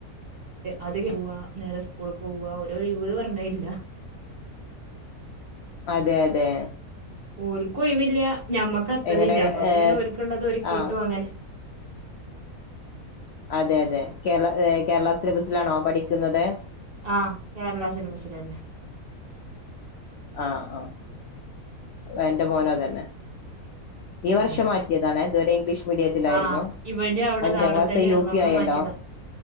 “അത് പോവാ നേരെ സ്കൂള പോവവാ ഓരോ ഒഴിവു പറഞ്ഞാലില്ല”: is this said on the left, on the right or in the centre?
Right